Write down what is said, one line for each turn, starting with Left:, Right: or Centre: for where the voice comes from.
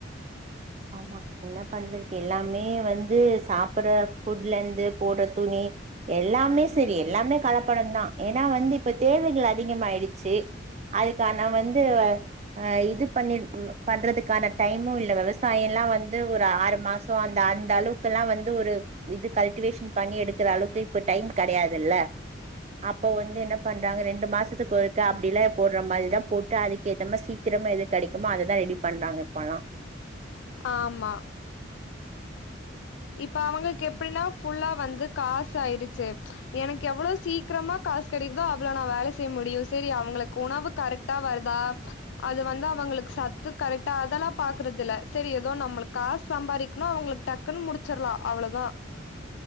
Right: ஆமா என்ன பண்றது எல்லாமே வந்து சாப்புட்ற ஃபுட்லேந்து போடுற துணி எல்லாமே செரி எல்லாமே கலப்படந்தா ஏனா வந்து இப்ப தேவைகள் அதிகமாயிடுச்சு அதுக்கான வந்து ஆ இது பண்ணி பண்றதுக்கான டைமூ இல்ல வெவஸ் சாயல்லா வந் து ஒரு ஆறு மாசோ அந்த அந்த அளவுக்கெல்லா வந் து ஒரு இது கல்டிவேஷன் பண்ணி எடுக்றளவுக்கு இப்ப டைம் கெடையாதுல்ல அப்ப வந்து என்ன பண்றாங்க ரெண்டு மாசத்துக்கொருக்கா அப்டில்லே போடுற மாரிதா போட்டு அதுக்கு ஏத்தமா சீக்கிரமா எது கெடைக்குமோ அததா ரெடி பண்றாங்க இப்பல்லா
Left: ஆமா இப்ப அவங்ளுக்கு எப்டின்னா ஃபுல்லா வந்து காசு ஆயிடுச்சு எனக்கு எவ்ளோ சீக்கிரமா காசு கெடைக்குதோ அவ்ளோ நா வேல செய்ய முடியூ செரி அவங்ளுக்கு உணவு கரெக்டா வருதா அது வந்து அவங்ளுக்கு சத்து கரெக்டா அதெல்லா பாக்கறதுல்ல செரி ஏதோ நம்ளுக்கு காசு சம்பாரிக்கணு அவங்ளுக்கு டக்குன்னு முடிச் சர்லா அவ்ளதா